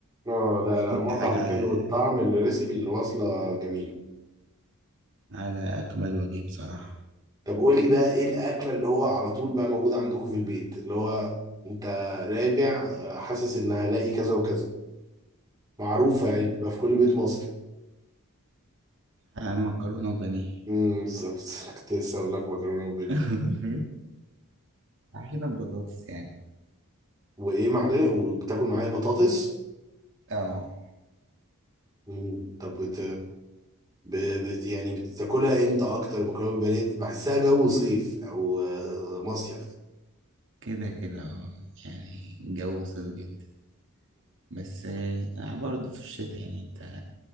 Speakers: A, on the right; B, on the right.
A: اه لا لا
B: وكل
A: مطعم
B: حاجة على
A: حلو الطعم الريسبي اللي واصله جميله
B: على أكمل وجه بصراحة
A: طب قول لي بقى ايه الاكله اللي هو على طول بقى موجوده عندكم في البيت اللي هو انت راجع آه، حاسس ان هلاقي كذا وكذا معروفه يعني بتبقى في كل بيت مصري
B: آه، مكرونة وبانيه
A: امم <laughs> بالظبط كنت لسه اقول لك مكرونه وبانيه
B: <laughs> أحيانا بطاطس يعني
A: وايه معلقه وبتاكل معايا بطاطس
B: اه
A: امم طب بت... ب... بت... يعني بتاكلها امتى اكتر مكرونه وبانيه بحسها جو صيف او آه، مصيف
B: كده كده اه يعني الجو صيف جدا بس آه، برضه في الشتاء يعني انت